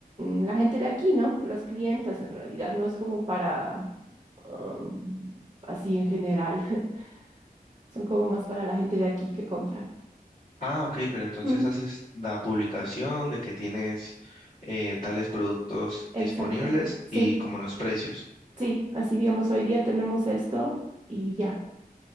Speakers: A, on the right (about 30°); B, on the left (about 50°).
A: mm, la gente de aquí, ¿no? Las clientas en realidad, no es como para um, así en general, <laughs> son como más para la gente de aquí que compran.
B: Ah, ok, pero entonces
A: Mm,
B: haces la publicación de que tienes eh, tales productos
A: exacto,
B: disponibles
A: sí,
B: y como los precios.
A: sí, así digamos, hoy día tenemos esto y ya.